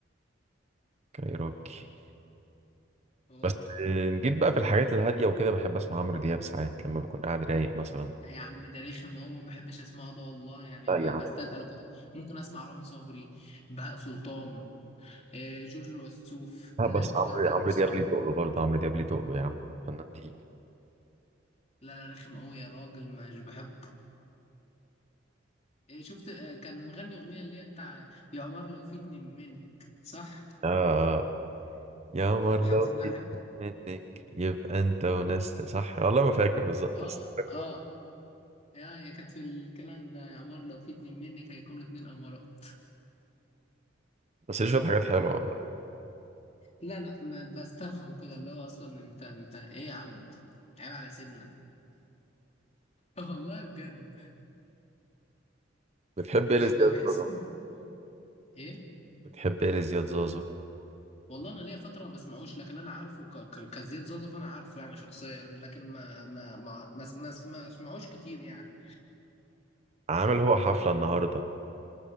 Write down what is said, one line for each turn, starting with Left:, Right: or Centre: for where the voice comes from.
Right: كايروكي
Left: اه
Right: بس آه، جيت بقى في الحاجات الهادية وكده بحب أسمع عمرو دياب ساعات لما بكون قاعد رايق مثلا
Left: لا يا عم ده رخم اهو ما بحبش اسمعه ده والله يعني
Right: لا
Left: ما
Right: يا
Left: بستثقله
Right: عم
Left: كده ممكن اسمع رامي صبري بهاء سلطان آه، جورج وسوف
Right: لا
Left: الناس
Right: بس
Left: دي
Right: عمرو
Left: جامده قوي
Right: عمرو
Left: بصراحه
Right: دياب ليه تقله برضه عمرو دياب ليه تقله يا عم فنان تقيل
Left: لا لا رخم قوي يا راجل مش بحبه آه، شفت آه، كان مغني اغنيه اللي هي بتاع يا قمر لو في اتنين منك صح
Right: آه يا عمر لو
Left: حافظ منها
Right: كده
Left: حاجه
Right: منك يبقى أنت وناس صح والله ما فاكر بالظبط
Left: اه
Right: بس
Left: اه يا يا كانت في الكلام ده يا قمر لو في اتنين منك هيكونوا اتنين قمرات
Right: بس ليه شوية حاجات حلوة والله
Left: لا لا ب- بسترخم كده اللي هو اصلا انت انت ايه يا عم عيب على سنك <laughs> والله بجد
Right: بتحب
Left: مش
Right: ايه لزياد
Left: ب- بحس
Right: زوزو؟
Left: ان ايه
Right: بتحب ايه لزياد زوزو؟
Left: والله انا ليا فتره ما بسمعوش لكن انا عارفه ك... ك... كزياد زازا فانا عارفه يعني شخصيا لكن ما ما ما ما, ما, ما اسمعوش كتير يعني
Right: عامل هو حفلة النهاردة